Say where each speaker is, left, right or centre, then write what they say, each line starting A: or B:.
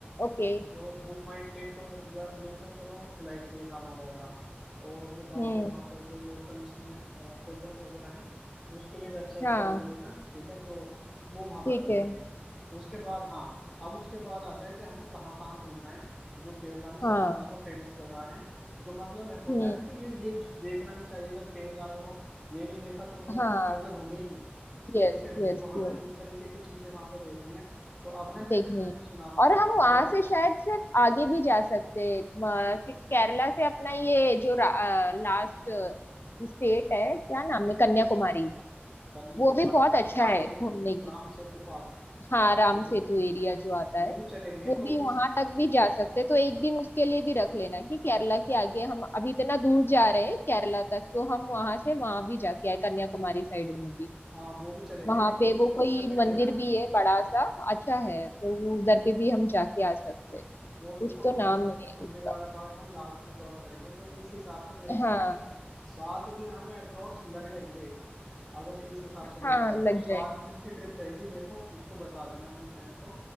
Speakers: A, on the left (about 65°); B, in the centre.
A: ओके
B: जो बुक माई ट्रिप या ये तो चलो फ्लाइट के लिए काम आ जाएगा और जो बाकी
A: हम्म
B: है वहाँ पर जो लोकल्स में होटल्स वगैरह हैं उसके लिए वेबसाइट
A: हाँ
B: से देख लेना ठीक है तो वो वहाँ
A: ठीक
B: पर कर लेंगे
A: है
B: उसके बाद हाँ अब उसके बाद आता है कि हमें कहाँ कहाँ घूमना है जो केरला में सबसे
A: हाँ
B: ज्यादा फेमस जगह है जो मतलब है- होता
A: हम्म
B: है ना कि ये ये देखना ही चाहिए अगर केरला आए हो ये नहीं देखा तो मतलब
A: हाँ
B: तुम केरला घूमे ही नहीं
A: यस
B: ठीक है
A: यस
B: तो हमें
A: यस
B: उस तरीके की चीजें वहां पर देखनी है तो अब ना
A: देखनी
B: जैसे मैंने
A: है
B: सुना था
A: और हम
B: जो
A: वहां से शायद सिर्फ आगे भी जा सकते हैं म- के- केरला से अपना ये जो लास्ट स्टेट है क्या नाम है कन्याकुमारी
B: कन्याकुमारी
A: वो भी बहुत अच्छा
B: राम
A: है
B: सेतु
A: घूमने के
B: राम
A: लिए
B: सेतु पाथ
A: हाँ राम
B: वो
A: सेतु
B: भी
A: एरिया जो आता
B: वो
A: है
B: भी चलेंगे
A: वो
B: तो
A: भी वहां
B: इस
A: तक भी जा सकते हैं। तो एक दिन उसके लिए भी रख लेना कि केरला के आगे हम अभी इतना दूर जा रहे हैं केरला तक तो हम वहां से वहां भी जाके आए कन्याकुमारी साइड में भी
B: हाँ वो भी चलेंगे
A: वहां
B: लेकिन
A: पे
B: उस
A: वो
B: उससे
A: कोई
B: पहले
A: मंदिर
B: ना
A: भी है बड़ा सा अच्छा है तो वो उधर पे भी हम जाके आ सकते हैं
B: वो
A: कुछ
B: देखो
A: तो नाम
B: मन,
A: है
B: मंदिर
A: उसका
B: वाला पार्ट हम लास्ट में कवर करेंगे तो इस हिसाब से मेरे हिसाब
A: हाँ
B: से सात दिन हमें अप्रोक्स लग जाएंगे अगर इस हिसाब से देखा
A: हाँ
B: रहे
A: लग
B: तो सात
A: जाएंगे
B: दिन की ट्रिप रहेगी देखो उसको बता देना अपनी फ्रेंड को